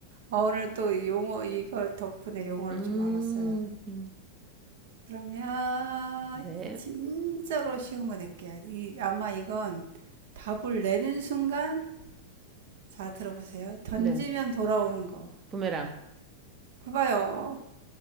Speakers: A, on the right (about 75°); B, on the right (about 30°).
A: 어, 오늘 또 용어, 이거 덕분에 용어를
B: 음,
A: 좀 알았어요.
B: 음,
A: 그러면,
B: 네.
A: 진짜로 쉬운 거 낼게요. 이, 아마 이건 답을 내는 순간, 자, 들어보세요. 던지면
B: 네.
A: 돌아오는 거.
B: 부메랑.
A: 그 봐요.